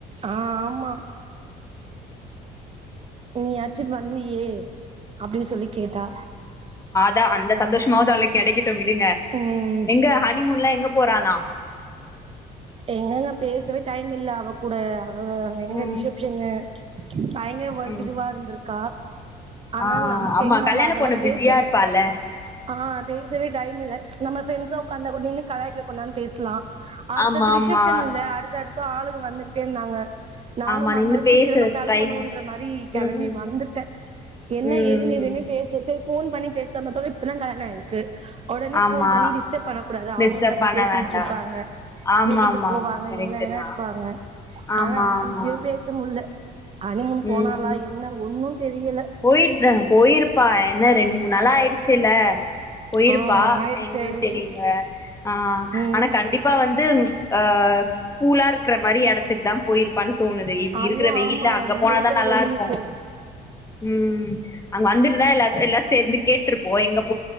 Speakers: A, on the right; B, on the left.
A: ஆ ஆமா நீ யாச்சி வந்தியே அப்டின் சொல்லி கேட்டா
B: தா அந்த சந்தோஷமாவது அவளுக் கெடைக்கட்டு விடுங்க
A: ம்
B: எங்க ஹனிமூன்லா எங்க போறாலா
A: எங்கங்க பேசவே டைம் இல்ல அவ கூட அவ அங்க எங்க
B: ம்
A: ரிசப்ஷன்னு பயங்கர ஒர்க்
B: ம்
A: இதுவா இருந்திருக்கா ஆனா
B: ஆ
A: நமக்கு
B: ஆமா
A: எங்க நம்ம
B: கல்யாண
A: அதெல்லா
B: பொண்ணு
A: பேச
B: பிஸியா இருப்பால்ல
A: ஆ பேசவே டைம் இல்ல நம்ம ஃப்ரெண்ட்ஸா உக்காந்தா கூட நில்லு கலாய்க்லா கொன்னானு பேஸ்லா அடுத்தது
B: ஆமா ஆமா
A: ரிசப்ஷன் இல்ல அடுத்தடுத்து ஆளுக வந்துக்ட்டே இருந்தாங்க நானு
B: ஆமா
A: மறுநாள்
B: நின்னு பேசுற
A: சீக்கிரமா கெளம்பணுன்ற
B: டைம்
A: மாரி கெளம்பி
B: ம்
A: வந்துட்டே என்ன
B: ம்
A: ஏதுன் எதுமே பேஸ்ல சேரி ஃபோன் பண்ணி பேஸ்லா பாத்தோனா இப்பதா கல்யாண ஆயிருக்கு ஒடனே
B: ஆமா
A: ஃபோன் பண்ணி டிஸ்டர்ப் பண்ணக் கூடாது அவுங்க
B: டிஸ்டர்ப்
A: என்னாச்சு
B: பண்ண
A: பேசிட்டிருப்பாங்க
B: வேண்டா ஆமா
A: விருந்து
B: ஆமா
A: போவாங்க
B: ஆமா கரெக்ட்
A: என்ன ங்கதா
B: தா
A: இருப்பாங்க
B: ஆமா
A: ஆனா அங்
B: ஆமா
A: இப்பயு பேச முட்ல அனிமூன் போனாளா
B: ம்
A: என்ன ஒன்னு தெரியல
B: போயிட் அ போயிருப்பா என்ன ரெண்டு மூண் நாளா ஆயிடுச்சுல்ல போயிருப்பா
A: ஆ ஆயிடுச்சு
B: என்னனு
A: ஆயிடுச்சு
B: தெரியில ஆ
A: ம்
B: ஆனா கண்டிப்பா வந்து அ கூலா இருக்குற மாரி எடத்துக்கு தா போயிருப்பான் தோணுது இர்
A: ஐயோ
B: இருக்குற வெயில்ல
A: ஆமா
B: அங்க
A: இங்க
B: போனாதா
A: இருக்க
B: நல்லா
A: வெயிலுக்கு
B: இருக்கு ம் அங் வந்திருந்தா எல்லாத் எல்லா சேர்ந்து கேட்ருப்போ எங்கப்